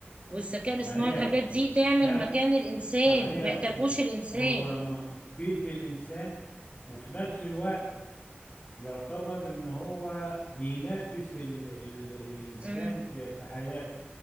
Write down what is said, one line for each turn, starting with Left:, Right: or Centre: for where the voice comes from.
Right: والذكاء الاصطناعي
Left: ما هي
Right: الحاجات
Left: ال...
Right: دي تعمل
Left: ده
Right: مكان الانسان
Left: ما هي
Right: ما يحتاجوش
Left: ال...
Right: الانسان
Left: هو م- مفيد للإنسان وفي نفس الوقت يعتبر إن هو بينافس ال... ال... الإنسان
Right: امم
Left: في... في حياته